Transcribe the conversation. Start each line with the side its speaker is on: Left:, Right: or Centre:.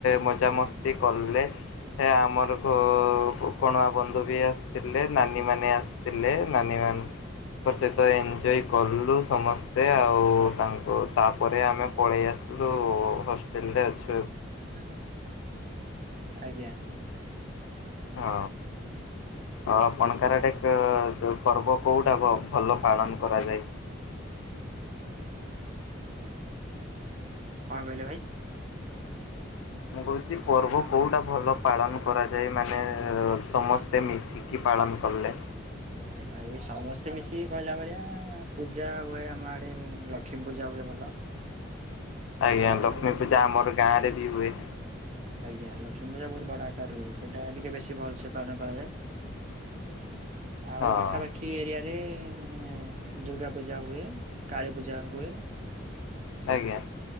Left: ମଜାମସ୍ତି କଲେ। ଏ ଆମର ଘ କୋଣଆ ବନ୍ଧୁ ବି ଆସିଥିଲେ। ନାନୀ ମାନେ ଆସିଥିଲେ। ନାନୀ ମା ତାଙ୍କ ସହିତ ଏନ୍ଜୟ କଲୁ ସମସ୍ତେ ଆଉ ତାଙ୍କୁ ତାପରେ ଆମେ ପଳେଇ ଆସିଲୁ ହଷ୍ଟେଲରେ ଅଛ
Right: <unintelligible> ଆଜ୍ଞା।
Left: ହଁ ଆଉ ଆପଣଙ୍କର ଆଡେ କେ ପର୍ବ କୋଉଁଟା ଭ-ଭଲ ପାଳନ କରାଯାଏ?
Right: କଣ କହିଲେ ଭାଇ?
Left: ମୁଁ କହୁଛି ପର୍ବ କୋଉଟା ଭଲ ପାଳନ କରାଯାଏ? ମା ନେ ସମସ୍ତେ ମିଶିକି ପାଳନ କଲେ।
Right: ଭାଇ ସମସ୍ତେ ମିଶିକି କହିଲା ଭଳିଆ ପୂଜା ହୁଏ ଆମଆଡେ ଲକ୍ଷ୍ମୀ ପୂଜା ହୁଏ ଭଲ।
Left: ଆଜ୍ଞା
Right: ଆଉ
Left: ଲକ୍ଷ୍ମୀ ପୂଜା ଆମର ଗାଁରେ ବି ହୁଏ।
Right: ଆଜ୍ଞା ଲକ୍ଷ୍ମୀ ପୂଜା ବହୁତ ବଡ ଆକାରରେ ହୁଏ। ସେଇଟା ଟିକେ ବେଶୀ ଭଲସେ ପାଳନ କରାଯାଏ। ଆଉ
Left: ହଁ
Right: ପାଖାପାଖି ଏରିଆରେ ଏଁ ଦୁର୍ଗା ପୂଜା ହୁଏ। କାଳୀ ପୂଜା ହୁଏ।
Left: ଆଜ୍ଞା।